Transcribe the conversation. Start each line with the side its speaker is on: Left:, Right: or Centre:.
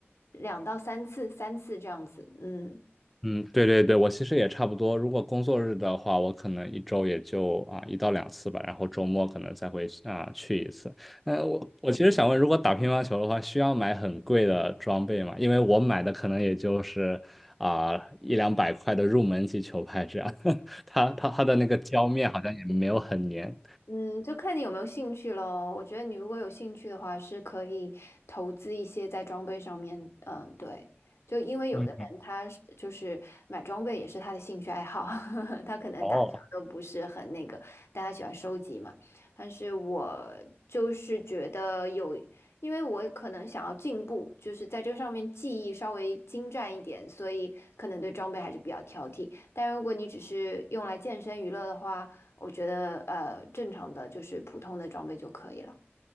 Left: 两到三次、三次这样子，嗯。
Centre: 嗯，对对对，我其实也差不多。如果工作日的话，我可能一周也就啊一到两次吧，然后周末可能再会啊去一次。那我我其实想问，如果打乒乓球的话，需要买很贵的装备吗？因为我买的可能也就是啊一两百块的入门级球拍这样，<laughs> 它它它的那个胶面好像也没有很粘。
Left: 嗯，就看你有没有兴趣咯。我觉得你如果有兴趣的话，是可以投资一些在装备上面。嗯，对，就因为有的人他是就是买装备也是他的兴趣爱好，
Centre: 嗯，
Left: <laughs> 他可能打球都不是很那个，
Centre: 哦，
Left: 但他喜欢收集嘛。但是我就是觉得有，因为我可能想要进步，就是在这上面技艺稍微精湛一点，所以可能对装备还是比较挑剔。但如果你只是用来健身娱乐的话，我觉得呃，正常的就是普通的装备就可以了。